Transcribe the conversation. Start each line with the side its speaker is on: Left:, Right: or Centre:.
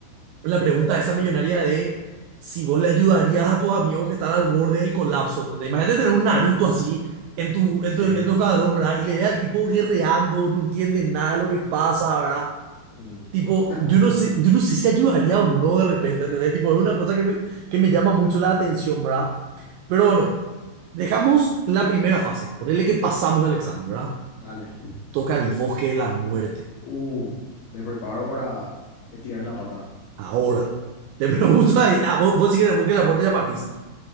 Right: La pregunta esa millonaria de si vos le ayudarías a tus amigos que están al borde del colapso, ¿entendés? Imagínate tener un Naruto así en tu,
Left: Sí,
Right: en tu, en tu
Left: sí,
Right: escuadrón,
Left: sí.
Right: ¿verdad? Y le ve al tipo guerreando, no entiende nada de lo que pasa, ¿verdad?
Left: Mm.
Right: Tipo,
Left: <laughs>
Right: yo no sé, yo no sé si ayudaría o no de repente, ¿entendés? Tipo, es una cosa que me, que me llama mucho la atención, ¿verdad? Pero bueno. Dejamos la primera fase, ponele que pasamos el examen, ¿verdad?
Left: Dale.
Right: Toca el bosque de la muerte,
Left: Uh, me preparo para estirar la pata.
Right: ahora. Te <laughs> pregunto ahí, ah, vos, vos sí que en el bosque de la muerte ya partís.